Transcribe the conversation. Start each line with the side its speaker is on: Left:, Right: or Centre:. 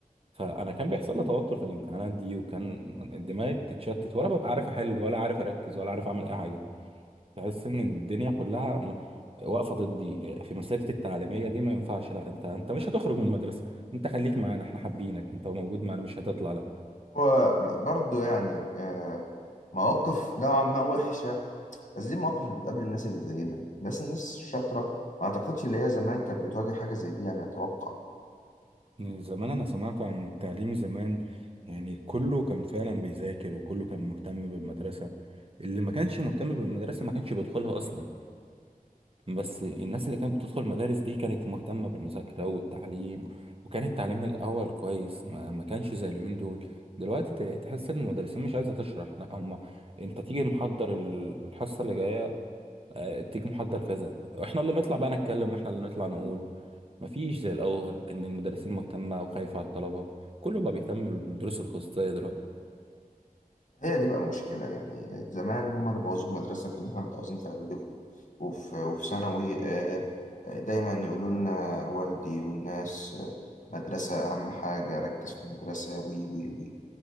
Right: فانا كان بيحصل لي توتر في الامتحانات دي وكان دماغي بتتشتت ولا ببقى عارف احل ولا عارف اركز ولا عارف اعمل اي حاجه تحس ان الدنيا كلها م- واقفه ضدي في مسيرتي التعليميه دي ما ينفعش لا انت انت مش هتخرج من المدرسه انت خليك معانا احنا حابينك انت موجود معانا مش هتطلع
Left: هو برضه يعني آه، مواقف نوعا ما وحشه بس دي المواقف اللي بتقابل الناس اللي زينا الناس الناس الشاطره ما اعتقدش اللي هي زمان كانت بتواجه حاجه زي دي يعني اتوقع
Right: زمان أنا سمعت عن التعليم زمان يعني كله كان فعلا بيذاكر وكله كان مهتم بالمدرسة اللي ما كانش مهتم بالمدرسة ما كانش بيدخلها أصلا بس الناس اللي كانت بتدخل المدارس دي كانت مهتمة بالمذاكرة والتعليم وكان التعليم الأول كويس ما ما كانش زي اليومين دول دلوقتي ت- تحس إن المدرسين مش عايزة تشرح لا هما أنت تيجي محضر الحصة اللي جاية آه، تيجي محضر كذا احنا اللي نطلع بقى نتكلم واحنا اللي نطلع نقول مفيش زي الاول ان المدرسين مهتمه وخايفه على الطلبه كله بقى بيهتم بالدروس الخصوصيه دلوقتي
Left: هي دي بقى المشكلة يعني زمان هم اللي بوظوا المدرسة كنا احنا متعوزين في إعدادي وفي وفي وفي ثانوي آه، آه، دايما يقولوا لنا والدي والناس آه، مدرسة أهم حاجة ركز في المدرسة وي وي وي